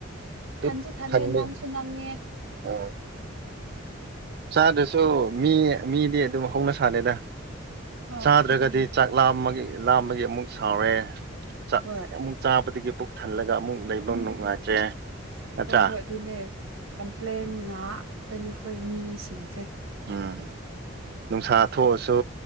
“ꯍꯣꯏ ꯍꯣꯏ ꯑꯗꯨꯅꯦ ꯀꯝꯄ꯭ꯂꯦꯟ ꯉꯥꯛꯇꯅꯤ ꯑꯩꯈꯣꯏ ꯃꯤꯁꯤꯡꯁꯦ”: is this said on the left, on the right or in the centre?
Right